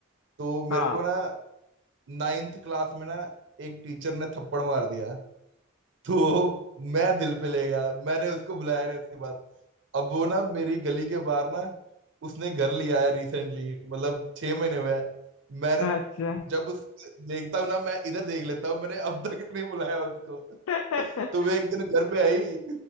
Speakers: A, on the right; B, on the left.
A: तो
B: हाँ
A: मेरे को ना नाइन्थ क्लास में ना एक टीचर ने थप्पड़ मार दिया तो मैं दिल पे ले गया मैंने उसको बुलाया नहीं उसके बाद अब वो ना मेरी गली के बाहर ना उसने घर लिया है रिसेंटली मतलब छह महीने हुए हैं मैंने
B: अच्छा
A: जब उस देखता हूँ ना मैं इधर देख लेता हूँ मैंने अब तक नहीं बुलाया उसको
B: <laughs>
A: तो वे एक दिन घर पे आई